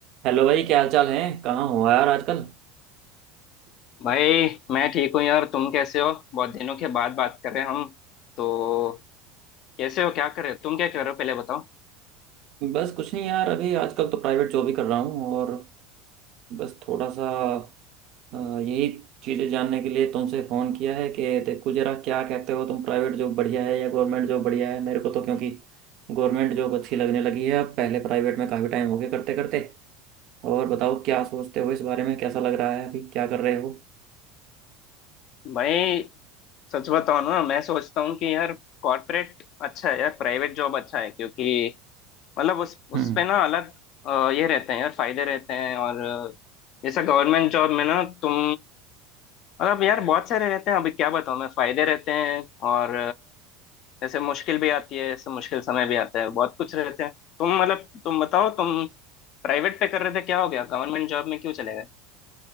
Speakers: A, on the right (about 50°); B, on the left (about 50°).
A: Hello भाई क्या हाल चाल है कहाँ हो यार आजकल
B: भाई मैं ठीक हूँ यार तुम कैसे हो बहुत दिनों के बाद बात कर रहे हैं हम तो कैसे हो क्या कर रहे हो तुम क्या कर रहे हो पहले बताओ
A: बस कुछ नहीं यार अभी आजकल तो प्राइवेट जॉब ही कर रहा हूँ और बस थोड़ा सा अ, यही चीज़ें जानने के लिए तुमसे फ़ोन किया है कि देखो जरा क्या कहते हो तुम प्राइवेट जॉब बढ़िया है या गवर्नमेंट जॉब बढ़िया है मेरे को तो क्योंकि गवर्नमेंट जॉब अच्छी लगने लगी है अब पहले प्राइवेट में काफ़ी टाइम हो गया करते करते और बताओ क्या सोचते हो इस बारे में कैसा लग रहा है अभी क्या कर रहे हो
B: भाई सच बताओ ना मैं सोचता हूँ कि यार कॉर्पोरेट अच्छा है यार प्राइवेट जॉब अच्छा है क्योंकि मतलब उस
A: हम्म
B: उस पे ना अलग अ, ये रहते हैं यार फायदे रहते हैं और अ, जैसा गवर्नमेंट जॉब में ना तुम मतलब यार बहुत सारे रहते हैं अभी क्या बताऊँ मैं फायदे रहते हैं और जैसे मुश्किल भी आती है ऐसे मुश्किल समय भी आता है बहुत कुछ रहते हैं तुम मतलब तुम बताओ तुम प्राइवेट पे कर रहे थे क्या हो गया गवर्नमेंट जॉब में क्यों चले गए